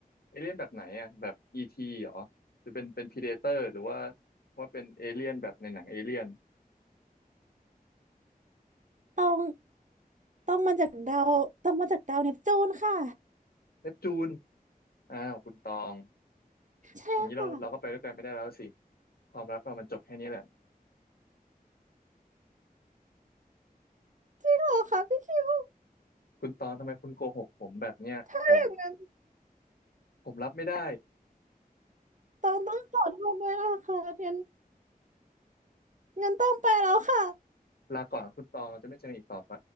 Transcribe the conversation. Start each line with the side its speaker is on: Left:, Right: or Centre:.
Left: เอเลี่ยนแบบไหนอ่ะแบบอีทีเหรอจะเป็นเป็นพรีเดเตอร์หรือว่าว่าเป็นเอเลี่ยนแบบในหนังเอเลี่ยน
Right: ต้องต้องมาจากดาวต้องมาจากดาวเนปจูนค่ะ
Left: เนปจูนอ้าวคุณตอง
Right: ใช่ค่ะ
Left: อย่างนี้เราเราก็ไปด้วยกันไม่ได้แล้วสิความรักเรามันจบแค่นี้แหละ
Right: จริงเหรอคะพี่คิว
Left: คุณตองทำไมคุณโกหกผมแบบเนี้ยผม
Right: ถ้าอย่างนั้น
Left: ผมรับไม่ได้
Right: ต้องต้องขอโทษด้วยนะคะงั้นงั้นต้องไปแล้วค่ะ
Left: ลาก่อนคุณตองจะไม่เจอกันอีกต่อไป